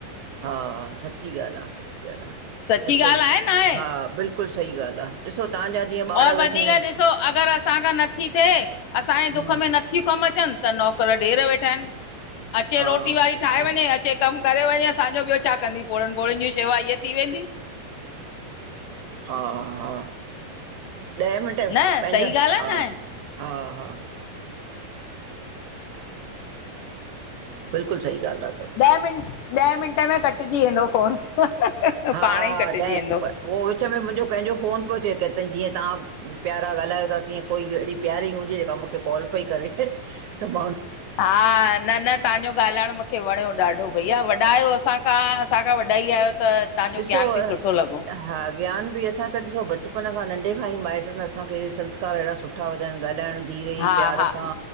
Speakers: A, on the right; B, on the left.
A: हा सच्ची ॻाल्हि आ सच्ची ॻाल्हि आ।
B: सची
A: ॾिसो
B: ॻाल्हि आहे न आहे
A: हा, बिल्कुलु सही ॻाल्हि आ ॾिसो तव्हांजा। जीअं ॿार
B: और
A: वेठा
B: वधीक
A: आहिनि
B: ॾिसो अगरि असांखां नथी थिए असांजे
A: हम्म
B: दुख में नथियूं कमु अचनि त नौकर ॾेर वेठा हिनि, अचे
A: हा
B: रोटी वारी ठाहे
A: हा
B: वंञें, अचे कमु करे वंञें असांजो ॿियो छा कंदी पोड़नि - पोड़युनि जी शेवा हीअं थी वेंदी।
A: हा हा। ॾहे मिन्टें में
B: न
A: पंहिंजा,
B: सही ॻाल्हि आहे
A: हा
B: न आहे
A: हा हा। बिल्कुलु सही ॻाल्हि ता चओ।
B: ॾह मिंट, ॾह मिन्ट में कटिजी वेंदो फोन।
A: हा
B: पाणे ई कटिजी
A: ॾहें,
B: वेंदो
A: उहो विच में मुंजो कंहिंजो फोन पियो अचे केतें जीअं तव्हां। प्यारा ॻाल्हायो ता, तीअं कोई अहिड़ी प्यारी हूंदी जेका मुखे कॉल पई करे त मां उन
B: हा, न न तहांजो ॻाल्हाइण मुख खे वणिंयो ॾाढो, भईया वॾा आहियो असांखां असांखां वॾा ही आहियो त तहांजो
A: ॾिसो
B: ज्ञान बि सुठो लॻो।
A: हा ज्ञान बि असां त ॾिसो बचपन खां नंढे खांई माइट्रनि असांखे संस्कार अहिड़ा सुठा विधाइन ॻाल्हाइणु धीरे
B: हा
A: प्यार
B: हा
A: सां,